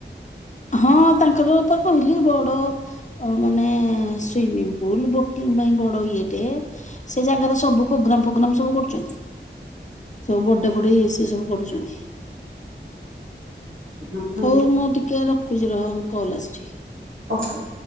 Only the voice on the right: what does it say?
ହୁଁ ହୁଁ
ଓକେ।